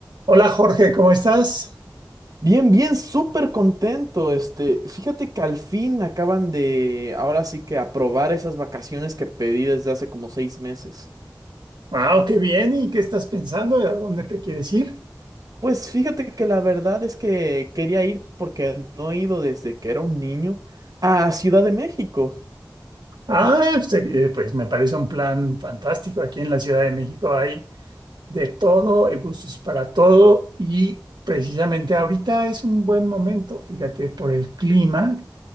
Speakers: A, on the right; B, on the right.
A: Hola Jorge, ¿cómo estás?
B: Bien, bien, súper contento. Este, fíjate que al fin acaban de, ahora sí que aprobar esas vacaciones que pedí desde hace como seis meses.
A: Wow, qué bien. ¿Y qué estás pensando? ¿A dónde te quieres ir?
B: Pues fíjate que la verdad es que quería ir porque no he ido desde que era un niño a Ciudad de México.
A: Ah, pues eh, pues, me parece un plan fantástico. Aquí en la Ciudad de México hay de todo, hay gustos para todo y precisamente ahorita es un buen momento, fíjate, por el clima,